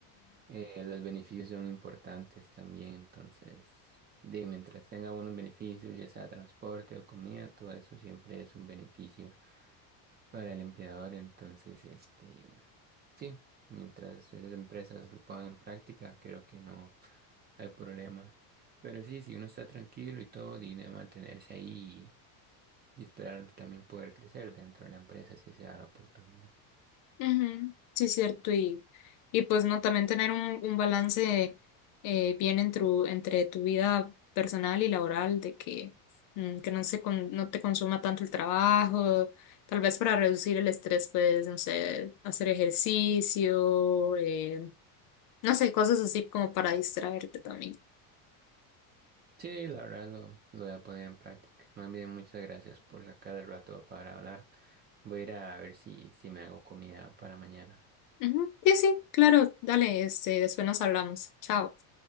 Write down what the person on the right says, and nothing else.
Eh, los beneficios son importantes también, entonces, de mientras tenga buenos beneficios, ya sea transporte o comida, todo eso siempre es un beneficio para el empleador. Entonces, este, sí, mientras esas empresas lo pongan en práctica, creo que no hay problema. Pero sí, si uno está tranquilo y todo, tiene mantenerse ahí y, y esperar también poder crecer dentro de la empresa si se da la oportunidad.
Sí, la verdad lo, lo voy a poner en práctica. Más bien, muchas gracias por sacar el rato para hablar. Voy a ir a ver si, si me hago comida para mañana.